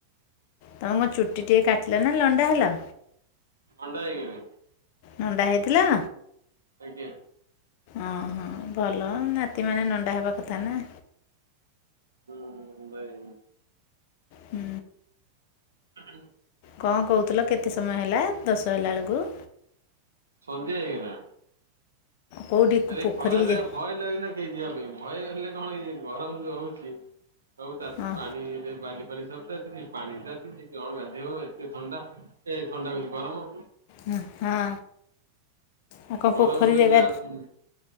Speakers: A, on the left; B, on the right.
A: ତମ କଣ ଚୁଟି ଟିକେ କାଟିଲ ନା ଲଣ୍ଡା ହେଲ?
B: ଅଣ୍ଡା ହେଇଗଲି।
A: ନଣ୍ଡା ହେଇଥିଲ?
B: ଆଜ୍ଞା।
A: ଅଁ ହଁ ଭଲ ନାତି ମାନେ ନଣ୍ଡା ହେବା କଥା ନା।
B: ଉଁ ହୁଁ ଭାଇ
A: ହୁଁ।
B: ହୁଁ
A: କଁ କହୁଥିଲ କେତେ ସମୟ ହେଲା ଦଶ ହେଲା ବେଳୁକୁ?
B: ସନ୍ଧ୍ୟା ହେଇଗଲା।
A: କେଉଁଠି
B: ଆଉ
A: ପୋଖରୀକି
B: ଏ ଖରାରେ
A: ଯେ
B: ଭୟ ଲାଗିଲା। କିଏ ଯିବା ପାଇଁ ଭୟ ହେଲେ କଣ ଏଇ ଗରମ ଯୋଉ ହଉଛି ସବୁ ତାତ୍
A: ହଁ
B: ପାଣିରେ ବାଲି ଫାଲି ସବୁ ତ ଏତିନି ପାଣି ତାତିଚି କଣ ଗାଧେଇବ? ଏତେ ଥଣ୍ଡା ଏ ଥଣ୍ଡା କହୁଚି ଗରମ।
A: ହୁଁ ହଁ। ଆଉ କ'ଣ
B: ଗରମ
A: ପୋଖରୀ
B: ରେ
A: ଜାଗା
B: ନା ଉମ୍